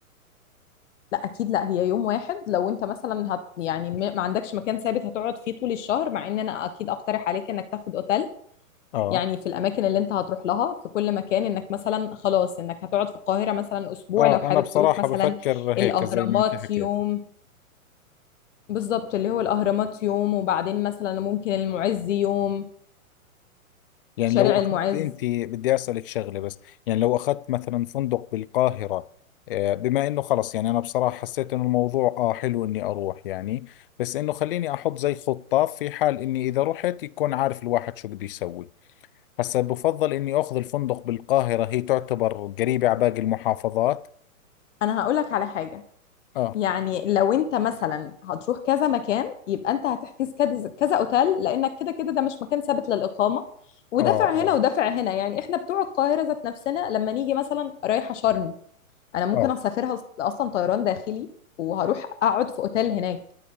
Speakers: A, on the left; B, on the left.
A: لا اكيد لا هي يوم واحد لو انت مثلا هت يعني ما ما عندكش مكان ثابت هتقعد فيه طول الشهر مع ان انا اكيد اقترح عليك انك تاخد اوتيل
B: اه
A: يعني في الاماكن اللي انت هتروح لها في كل مكان انك مثلا خلاص انك هتقعد في القاهرة مثلا اسبوع
B: اه
A: لو حابب
B: انا بصراحة
A: تروح مثلا
B: بفكر هيك
A: الاهرامات
B: زي ما انت حكيت
A: يوم بالظبط اللي هو الأهرامات يوم وبعدين مثلا ممكن المعز يوم
B: يعني
A: شارع
B: لو اخذت
A: المعز
B: انت بدي اسالك شغله بس يعني لو اخذت مثلا فندق بالقاهره آه، بما انه خلص يعني انا بصراحه حسيت انه الموضوع اه حلو اني اروح يعني بس انه خليني احط زي خطه في حال اني اذا رحت يكون عارف الواحد شو بده يسوي هسا بفضل اني اخذ الفندق بالقاهره هي تعتبر قريبه على باقي المحافظات
A: أنا هقولك على حاجة
B: اه
A: يعني لو أنت مثلا هتروح كذا مكان يبقى أنت هتحجز كذا كذا أوتيل لأنك كده كده ده مش مكان ثابت للإقامة ودافع
B: اه اه
A: هنا ودافع هنا يعني إحنا بتوع القاهرة ذات نفسنا لما نيجي مثلا رايحة شرم أنا ممكن
B: اه
A: أسافرها أصلا طيران داخلي وهروح أقعد في أوتيل هناك